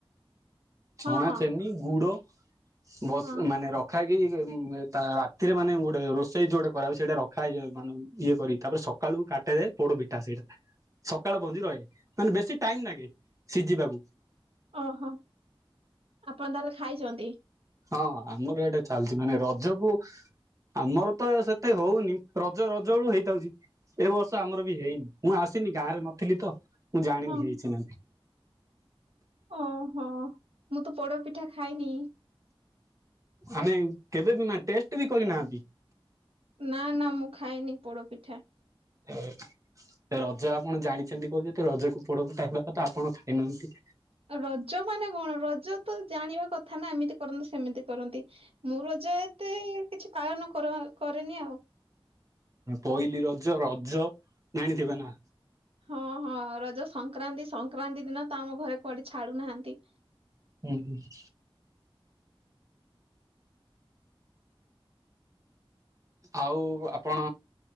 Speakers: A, on the right; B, on the right.
A: ଛଣା
B: ହଁ ହଁ
A: ଚେନି ଗୁଡ ବସ
B: ହଁ
A: ମାନେ ରଖାକି ରାତିରେ ମାନେ ଗୋଟେ ରୋଷେଇ ଯୋଉଟା କରା ସେଇଟା ରଖାଇଯଏ ମାନେ ଇଏ କରି ତାପରେ ସ ମକାଳୁ କାଟାଯାଏ ପୋଡ଼ ପିଠା। ସକାଳ ପଞ୍ଜି ରହେ ମାନେ ବେଶୀ ଟାଇମ ଲାଗେ ସିଝିବାକୁ।
B: ଓହୋ। ଆପଣ ତାହାରଲେ ଖାଇଛନ୍ତି?
A: ହଁ ଆମର ଏଇଟା ଚାଲିଛି ମାନେ ରଜକୁ ଆମର ତ ସେତେ ହଉନି ରଜ ରଜ ବେଳୁ ହେଇଯାଉଛି। ଏ ବର୍ଷ ଆମର ବି ହେଇନି ମୁଁ ଆସିନି ଗାଁରେ ନଥିଲି ତ ମୁଁ ଜାଣିନି
B: ହଁ
A: ହେଇଛିି ନା ନାହିଁ।
B: ଓହୋ ମୁଁ ତ ପୋଡପିଠା ଖାଇନି।
A: ଆମେ କେବେ ବି ମା ଟେଷ୍ଟ ବି କରିନାହାନ୍ତି?
B: ନା ନା ମୁଁ ଖାଇନି ପୋଡପିଠା।
A: <inaudible> ରଜ ଆପଣ ଜାଣିଛନ୍ତି କହୁଛନ୍ତି ରଜକୁ ପୋଡ ପିଠା ହେଲା ଆପଣ ଖାଇନାହାନ୍ତି?
B: ରଜ ମାନେ କଣ ରଜ ତ ଜାଣିବା କଥା ନା ଏମିତି କରନ୍ତି ସେମିତି କରନ୍ତି। ମୁଁ ରଜ ଏତେ କିଛି ପାଳନ କର କରେନି ଆଉ।
A: ପହଲିି ରଜ ରଜ ଜାଣିଥିବେ ନା?
B: ହଁ ହଁ ରଜ ସଂକ୍ରାନ୍ତି ସଂକ୍ରାନ୍ତି ଦିନ ତ ଆମ ଘରେ କୁଆଡେ ଛାଡୁନାହାନ୍ତି।
A: ହୁଁ ହୁଁ। ଆଉ ଆପଣ